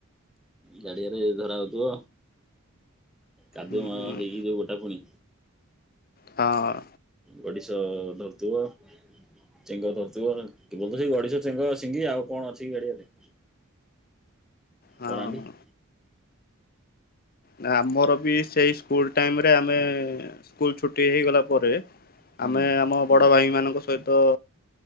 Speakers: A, in the centre; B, on the left (about 45°).
A: ଗାଡିଆରେ ଧରା ହଉଥିବ କାଦୁଅ
B: ହଁ
A: ହେଇକି ଯୋଉ ଗୋଟା ପୁଣି।
B: ହଁ।
A: ଗଡ଼ିଶ ଧରୁଥିବ ଚେଙ୍ଗ ଧରଥିବ କି ତ ସେଇ ଗଡିଶ ଚେଙ୍ଗ ସିଙ୍ଗି ଆଉ କଣ ଅଛି ଗାଡିଆରେ?
B: ହଁ।
A: କରାଣ୍ଡି
B: ନା ଆମର ବି ସେଇ ସ୍କୁଲ ଟାଇମରେ ଆମେ ସ୍କୁଲ ଛୁଟି ହେଇଗଲା ପରେ
A: ହୁଁ
B: ଆମେ ଆମ ବଡ଼ ଭାଇମାନଙ୍କ ସହିତ